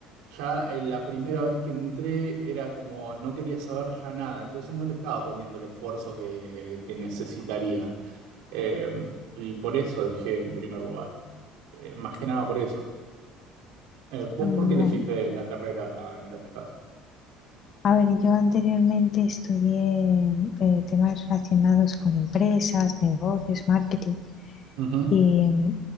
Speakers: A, on the right (about 85°); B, on the left (about 35°).
A: ya eh, la primera vez que entré era como no quería saber ya nada, entonces no le estaba poniendo el esfuerzo que, que necesitaría. Eh, y por eso dejé en primer lugar, Eh, más que nada por eso. Eh, ¿vos
B: Mm,
A: por qué elegiste
B: Bueno,
A: la carrera en la que estás?
B: a ver, yo anteriormente estudié eh, temas relacionados con empresas, negocios, marketing
A: Ujú,
B: y mm,